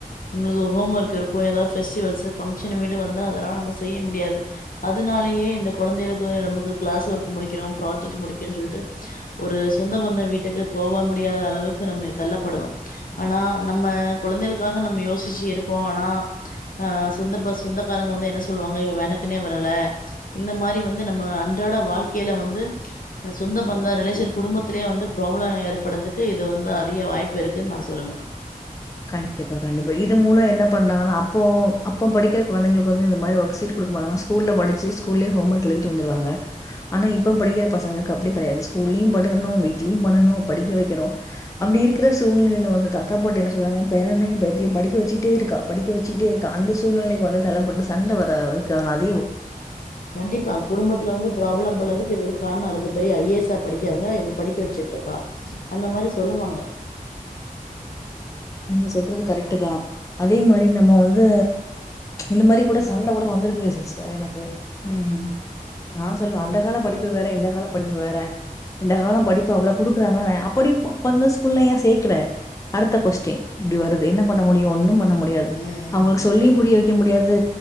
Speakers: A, on the left (about 65°); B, on the left (about 20°).
A: நம்மளுக்கு ஹோம் ஒர்க் இருக்கு எதாவது ஃபெஸ்டிவல்ஸு ஃபங்க்ஷனு போய்ட்டு வந்தா அதெல்லா நம்ம செய்ய முடியாது அதுனாலேயே இந்த கொழந்தைகளுக்கு நமக்கு கிளாஸ் ஒர்க் முடிக்கறோ ப்ராஜெக்ட்டு முடிக்கஞ் சொல்ட்டு ஒரு சொந்த பந்தோ வீட்டுக்கு போவ முடியாதளவுக்கு நம்மய தள்ளப்படுதோ ஆனா நம்ம கொழந்தைகளுக்காக நம்ம யோசிச்சு இருக்கோ ஆனா அ சொந்த பஸ் சொந்தக்காரங்க வந்து என்ன சொல்லுவாங்க இவ வேணக்குனே வரல இந்த மாரி வந்து நம்ம அன்றாட வாழ்க்கைல வந்து சொந்த பந்த ரிலேஷன் குடும்பத் துலயே வந்து ப்ராப்ளம் ஏற்படதுக்கு இது வந்து அதிக வாய்ப்பு இருக்குன் நா சொல்லுவே
B: கண்டிப்பா கண்டிப்பா இது மூலோ என்ன பண்ணாங்கன்னா அப்போ அப்ப படிக்கிற கொழந்தைங்களுக்கு வந்து இந்த மாரி ஒர்க்ஷீட் குடுக்க மாட்டாங்க ஸ்கூல்ல படிச்சு ஸ்கூல்லே ஹோம் ஒர்க் எழுதிட்டு வந்துருவாங்க ஆனா இப்ப படிக்கிற பசங்களுக்கு அப்டி கெடையாது ஸ்கூல்லயு படுக்கணு வீட்லயு பண்ணனு படிக்க வெக்கணு அப்டி இருக்கற சூழ்நிலைல வந்து தாத்தா பாட்டி என்ன சொல்லுறாங்க பேரனயு பேத்தியு படிக்க வச்சிக்ட்டே இருக்கா படிக்க வச்சிக்ட்டே இருக்கா அந்த சூழ்நிலைக்கு வந்து தள்ளப்பட்டு சண்ட வர அளக்கு ஆளாக்து
A: கண்டிப்பா குடும்பத்துல வந்து ப்ராப்ளம் உள்ளதுக்கு இது ஒரு காரணோ இருக்கு பெரிய ஐ ஏ எஸ் ஸா படிக்காங்க இப்ப படிக்க வெச்சுட்டு இருக்கா அந்த மாரி சொல்லுவாங்க
B: நீங்க சொல்றது கரெக்ட்தா அதே மாரி நம்ம வந்து இந்த மாரி கூட சண்ட கூட வந்திருக்கு சிஸ்டர் எனக்கு இம் இம் நா சொல்வ அந்த கால படிப்பு வேற இந்த காலா படிப்பு வேற இந்த காலம் படிப்பு அவ்வளவு குடுக்குறாங்க அப்ப நீ அந்த ஸ்கூல்ல ஏ சேக்குற அடுத்த கொஸ்டின் கே இப்படி வருது என்ன பண்ண முடியு ஒன்னு ம் பண்ண முடியாது
A: ம்
B: அவுங்களுக்கு
A: ம்
B: சொல்லியும் புரிய வெக் க முடியாது